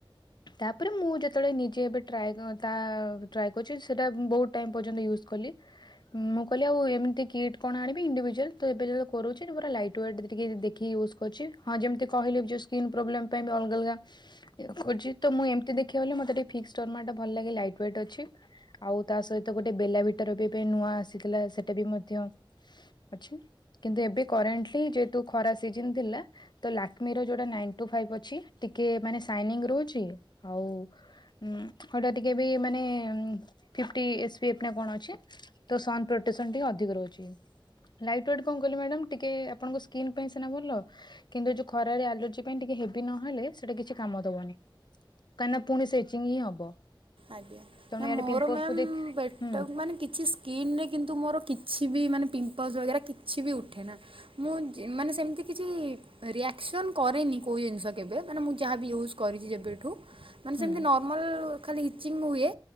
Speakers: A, on the left; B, on the right.
A: ତାପରେ ମୁଁ ଯେତେବେଳେ ନିଜେ ଏ ଟ୍ରାଏ ଟ୍ରାଏ କରିଛି ସେଇଟା ବହୁତ ଟାଇମ ପର୍ଯ୍ୟନ୍ତ ୟୁଜ କଲି। ମୁଁ କହିଲି ଆଉ ଏମିତି କିଟ୍ କଣ ଆଣିବି ଇଣ୍ଡିଭିଜୁଆଲ ତ ଏବେ ଯୋଉ କରୁଛୁ ପୁରା ଲାଇଟ୍ ୱେଟ ଟିକେ ଦେଖି ୟୁଜ କରୁଛି ହଁ ଯେମିତି କହିଲି। ସ୍କିନ ପୋବ୍ଲେମ ପାଇଁ ଅଲଗା ଅଲଗା କରିଛି। ତ ମୁଁ ଏମ ମତେ ଦେଖିବାକୁ ଗଲେ ମତେ ଫିକ୍ସ ଟର୍ମାଟାଲାଗେ ଲାଇଟ୍ ୱେଟ ଅଛି। ଆଉ ତା ସହିତ ଗୋଟେ ବେଲା ଭଟର ବି ପାଇଁ ନୂଆ ଆସିଥିଲା ସେଟା ବି ମଧ୍ୟ ଅଛି। କିନ୍ତୁ ଏବେ କରେଣ୍ଟଲି ଯେହେତୁ ଖରା ସିଜିନି ଥିଲା ତ ଲାକ୍ଷ୍ମୀର ନାଇନ ଟୁ ଫାଇବି ଅଛି। ଟିକେ ମାନେ ସାଇନିଙ୍ଗ ରହୁଛି ଆଉ ହୁଁ ସେଟା ଟିକେ ବି ମାନେ ଫିଟି କଣ ସନ ଅଧିକ ରହୁଛି। ଲାଇଟ ୱେଟ କଣ କହିଲେ ମ୍ୟାଡାମ ଟିକେ ଆପଣଙ୍କ ସ୍କିନ ଭଲ କିନ୍ତୁ ଖରା ଆଲର୍ଜି ପାଇଁ ଟିକେ ହେବି ନହେଲେ ସେଟା କିଛି କାମ ଦବନି କାହିଁନା ପୁଣି ସେଚିଂ ହିଁ ହବ।
B: ଆଜ୍ଞା
A: ତେଣୁ
B: ନା ମୋର
A: ଇଆଡେ ପିମ୍ପଲକୁ
B: ମ୍ୟାମ୍
A: ଦେଖ
B: ବେଟକୁ
A: ହୁଁ
B: ମାନେ କିଛି କିନୀରେ କିନ୍ତୁ ମୋର କିଛି ବି ମାନେ ପିମ୍ପଲ୍ସ ବଗରା କିଛି ବି ଉଠେନା। ମୁଁ ମାନେ ସେମିତି କିଛି ରିଆକ୍ସନ କରେନି କୋଉ ଜିନିଷ କେବେ ମାନେ ମୁଁ ଯାହାବ ବି ୟୁଜ୍ କରିଛି ଯେବେଠୁ ମାନେ
A: ହୁଁ
B: ସେମିତି ନର୍ମାଲ ଖାଲି ଇଚିଙ୍ଗି ହୁଏ।